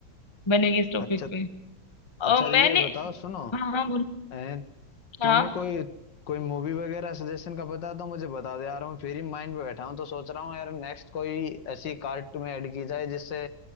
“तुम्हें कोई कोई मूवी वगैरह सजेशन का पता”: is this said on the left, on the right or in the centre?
Left